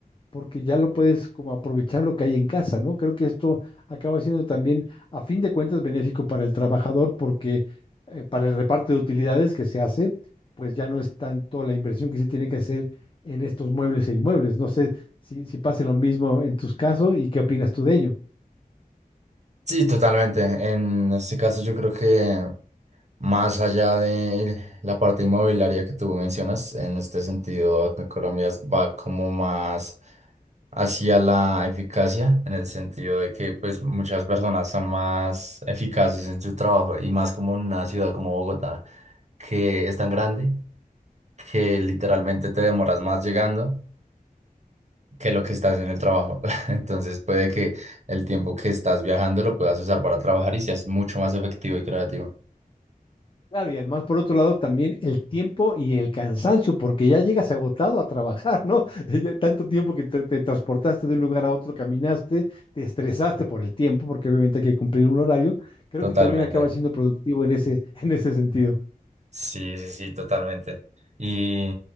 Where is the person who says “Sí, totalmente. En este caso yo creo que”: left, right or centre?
Right